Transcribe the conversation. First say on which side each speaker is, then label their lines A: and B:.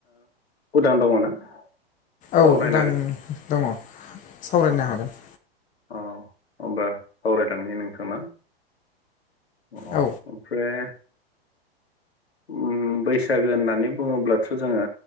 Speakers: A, on the left (about 80°); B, on the left (about 25°).
A: उदां दङ ना? सावरायनो
B: औ उदां
A: हागोन
B: दङ सावरायनो
A: अ
B: हागोन।
A: अ होबा सावरायलांनो नोंथां ना अ
B: औ
A: ओमफ्राय उम बैसागो होननानै बुङोब्लाथ थ जोङो